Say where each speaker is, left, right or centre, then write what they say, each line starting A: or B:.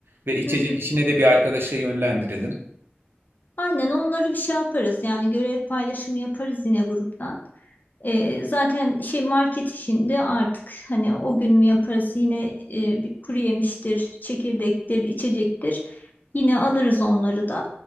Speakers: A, on the right; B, on the left.
A: Ve içecek
B: Hı hı.
A: işine de bir arkadaşa yönlendirelim.
B: Aynen onları bir şey yaparız. Yani görev paylaşımı yaparız yine gruptan. Ee, zaten şey market işinde artık hani o gün mü yaparız yine e, bir kuru yemiştir, çekirdektir, içecektir. Yine alırız onları da.